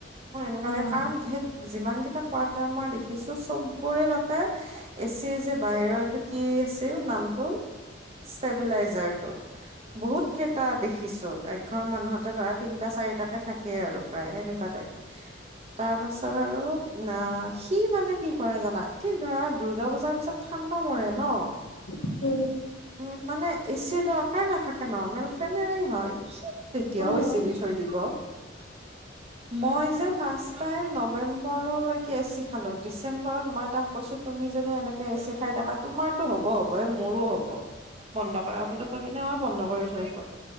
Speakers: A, on the right; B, on the left.
A: মই
B: অ',
A: এনেকুৱা লাগে কাৰণ সেই যিমান কেইটা কুৱাটাৰ মই দেখিছো চব, পৰে তাতে এচি যে বাহিৰৰ এইটো কি আছিল নামটো? ষ্টেব্লাইজাৰটো বহুত কেইটা দেখিছো একঘৰ মানুহতে ধৰা তিনটা চাৰিটাকে থাকেই আৰু প্ৰায় সেনেকুৱা টাইপ।
B: <inaudible>
A: তাৰ পাছত আৰু না সি মানে কি কৰে জানা, ঠিক ধৰা দুূৰ্গা পূজাৰ পিছত ঠাণ্ডা পৰে ন।
B: <unintelligible>
A: উম, মানে এচিৰ দৰকাৰ নাথাকে ন, নৰ্মেল ফেনেৰে হয়। সি তেতিয়াও
B: উম,
A: এচি দি থৈ দিব। মই যে লাষ্ট টাইম নৱেম্বৰলৈকে এচি খালো। ডিচ চেম্বৰত মই তাক কৈছো তুমি যদি এনেকে এচি খাই থাকা তোমাৰটো হ'ব হ'ব এই মোৰো হ'ব। বন্ধ কৰা বুলি কৈ কিনে আও বন্ধ কৰি থৈ গল।